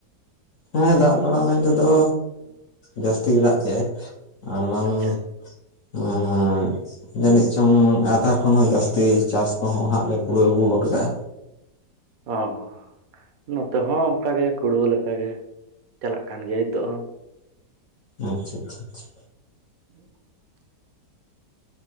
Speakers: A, on the left; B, on the right.
A: ᱦᱮᱸ ᱫᱟᱜ ᱵᱟᱲᱟ ᱢᱮᱱᱛᱮ ᱫᱚ ᱡᱟᱹᱥᱛᱤ ᱜᱮ ᱫᱟᱜ ᱠᱮᱜ-ᱟᱭ ᱟᱨᱵᱟᱝ
B: ᱟᱪᱪᱷᱟ
A: ᱦᱮᱸ ᱦᱳᱭ ᱡᱟᱹᱱᱤᱡ ᱪᱚᱝ ᱟᱫᱷᱟ ᱠᱷᱚᱱ ᱦᱚᱸ ᱡᱟᱹᱥᱛᱤ ᱪᱟᱥ ᱠᱚᱦᱚᱸ ᱦᱟᱸᱜ ᱞᱮ ᱯᱩᱨᱟᱹᱣ ᱟᱹᱜᱩ ᱜᱚᱫ ᱠᱟᱜ-ᱟ
B: ᱚ ᱦᱚᱸ ᱱᱚᱛᱮ ᱦᱚᱸ ᱚᱱᱠᱟ ᱜᱮ ᱠᱩᱲᱟᱹᱣ ᱞᱮᱠᱟ ᱜᱮ ᱪᱟᱞᱟᱜ ᱠᱟᱱ ᱜᱮᱭᱟ ᱦᱤᱛᱚᱜ ᱦᱚᱸ
A: ᱟᱪᱪᱷᱟ ᱟᱪᱪᱷᱟ ᱟᱪᱪᱷᱟ
B: <unintelligible>